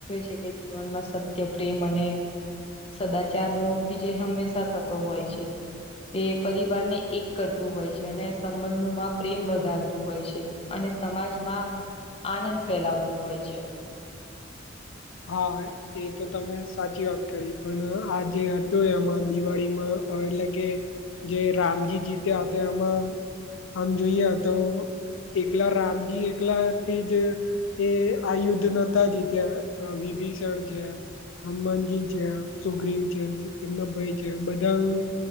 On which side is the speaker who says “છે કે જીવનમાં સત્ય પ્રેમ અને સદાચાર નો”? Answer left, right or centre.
Left